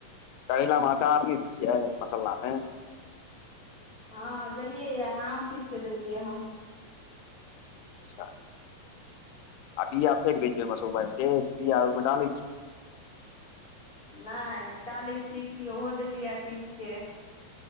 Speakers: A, on the left (about 85°); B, on the left (about 55°).
A: करेला मे अचार नहि दै छियै मसलामे
B: हँ देलियै आम पीस के देलियै हन
A: अच्छा आ बिया फेक दै छै ओहिबाइल के बिया ओहिमे डालै छी
B: नहि डाले छीयै की ओहो देलियै पीस के